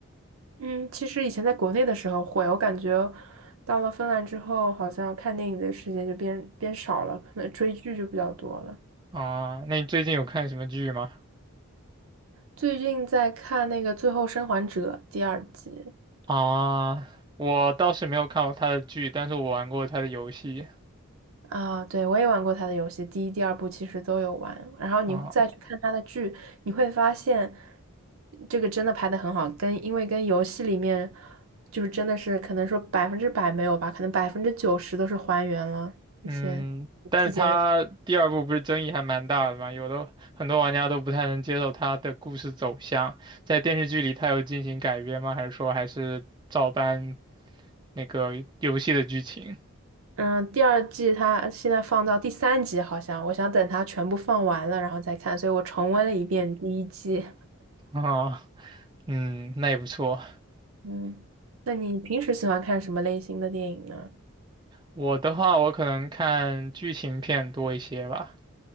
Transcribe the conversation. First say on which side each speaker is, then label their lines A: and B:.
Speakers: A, on the right (about 80°); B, on the right (about 20°).
A: 嗯，其实以前在国内的时候会，我感觉到了芬兰之后，好像看电影的时间就变变少了，可能追剧就比较多了。
B: 啊，那你最近有看什么剧吗？
A: 最近在看那个《最后生还者》第二集。
B: 啊，我倒是没有看过他的剧，但是我玩过他的游戏
A: 啊，对，我也玩过他的游戏，第一、第二部其实都有玩。然后你再去看他的剧，
B: 啊。
A: 你会发现这个真的拍的很好，跟因为跟游戏里面就是真的是可能说百分之百没有吧，可能百分之九十都是还原了一些
B: 嗯，但是他第二部不是争议还蛮大的嘛，
A: 细节。
B: 有的很多玩家都不太能接受他的故事走向，在电视剧里他有进行改编吗？还是说还是照搬那个游戏的剧情
A: 嗯，第二季它现在放到第三集，好像我想等它全部放完了然后再看，所以我重温了一遍第一季。
B: 啊，嗯，那也不错。
A: 嗯，那你平时喜欢看什么类型的电影呢？
B: 我的话，我可能看剧情片多一些吧，